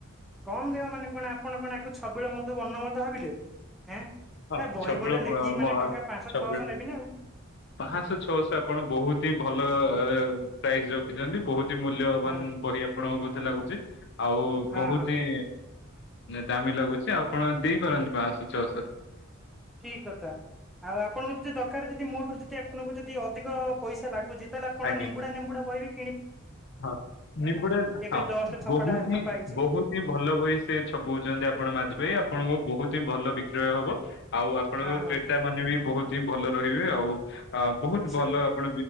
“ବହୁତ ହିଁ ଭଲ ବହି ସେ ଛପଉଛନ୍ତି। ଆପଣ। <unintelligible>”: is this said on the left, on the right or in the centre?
Left